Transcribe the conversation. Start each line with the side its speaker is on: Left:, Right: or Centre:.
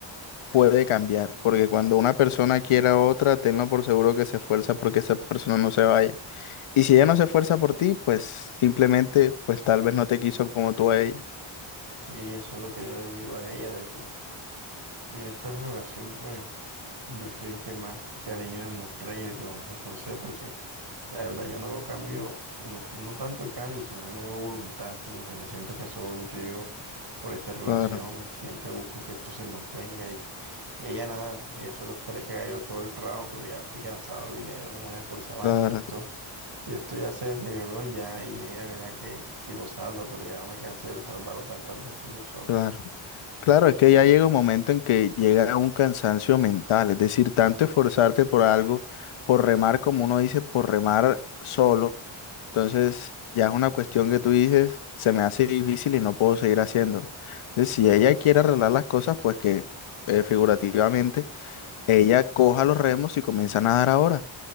Left: puede cambiar, porque cuando una persona quiere a otra, tenlo por seguro que se esfuerza porque esa persona no se vaya. Y si ella no se esfuerza por ti, pues simplemente, pues tal vez no te quiso como tú a ella.
Right: Sí, eso es lo que yo le digo a ella, de que en esta relación, pues, yo fui el que más cariño demostré y el que más me esforcé, porque la verdad yo no veo cambio, no, no tanto el cambio, sino que no veo voluntad, ¿sí me entiendes? Siento que solo lucho yo por esta relación,
Left: Claro,
Right: siempre busco que esto se mantenga y, y ella nada, ella solo espera que haga yo todo el trabajo, pero ya estoy cansado y ya yo no me voy a esforzar más,
Left: claro,
Right: si esto, si esto ya se deterioró ya y ella verá que si lo salva, pero ya me cansé de salvarlo tantas veces yo solo.
Left: claro. Claro, es que ya llega un momento en que llega un cansancio mental, es decir, tanto esforzarte por algo, por remar, como uno dice, por remar solo, entonces ya es una cuestión que tú dices, se me hace difícil y no puedo seguir haciendo. Entonces, si ella quiere arreglar las cosas, pues que eh, figurativamente ella coja los remos y comienza a nadar ahora,